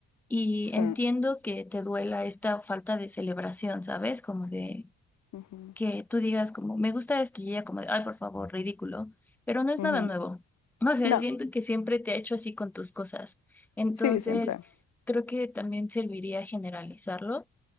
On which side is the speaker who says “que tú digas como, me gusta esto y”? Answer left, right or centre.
Centre